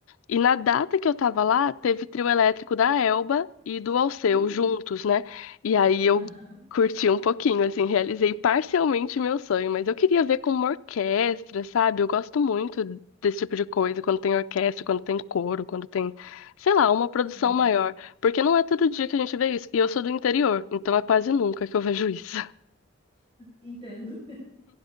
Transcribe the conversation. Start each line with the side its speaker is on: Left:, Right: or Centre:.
Left: E na data que eu tava lá, teve trio elétrico da Elba e do Alceu
Right: Hum,
Left: juntos, né? E aí eu
Right: Aham.
Left: curti um pouquinho, assim, realizei parcialmente meu sonho, mas eu queria ver com uma orquestra, sabe? Eu gosto muito desse tipo de coisa, quando tem orquestra, quando tem coro, quando tem, sei lá, uma produção
Right: Sei.
Left: maior, porque não é todo dia que a gente vê isso. E eu sou do interior, então é quase nunca que eu vejo isso.
Right: Entendo.